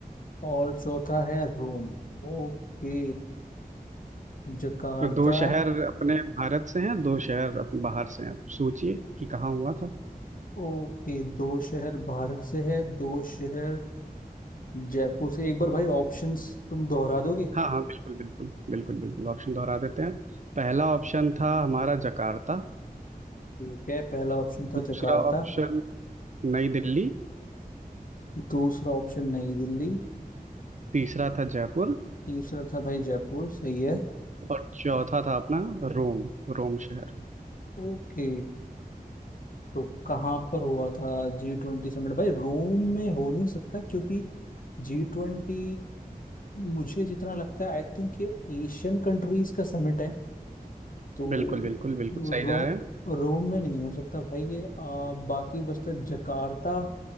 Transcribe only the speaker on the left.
और चौथा है रोम Okay Jakarta
ओके दो शहर भारत से है दो शहर जयपुर से एक बार भाई ऑप्शंस तुम दोहरा दोगे
ठीक है पहला ऑप्शन था
जकार्ता
दूसरा ऑप्शन नई दिल्ली
तीसरा था भाई जयपुर सही है
ओके तो कहाँ पर हुआ था जी ट्वेंटी समिट भाई रोम में हो नहीं सकता क्योंकि जी ट्वेंटी मुझे जितना लगता है आई थिंक ये एशियन कंट्रीज का समिट है तो
रो
रोम में नहीं हो सकता भाई ये आ, बाकी बचता जकार्ता